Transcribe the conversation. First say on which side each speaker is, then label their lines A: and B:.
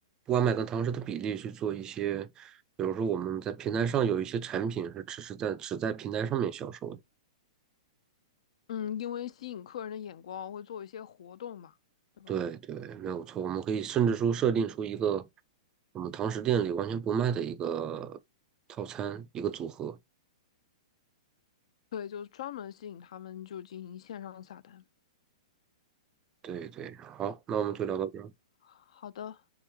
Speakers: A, on the right; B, on the left.
A: 外卖跟堂食的比例去做一些，比如说我们在平台上有一些产品是只是在只在平台上面销售的。
B: 嗯，因为吸引客人的眼光，会做一些活动嘛，对吧？
A: 对对，没有错。我们可以甚至说设定出一个我们堂食店里完全不卖的一个套餐，一个组合。
B: 对，就专门吸引他们，就进行线上下单。
A: 对对，好，那我们就聊到这儿。
B: 好的。